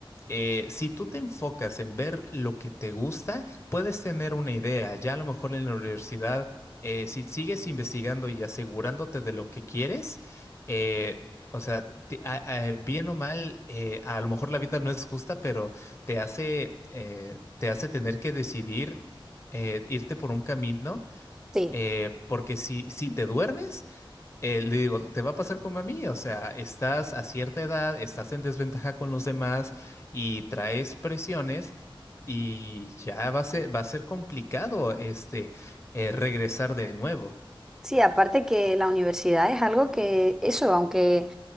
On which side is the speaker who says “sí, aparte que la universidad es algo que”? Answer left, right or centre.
Centre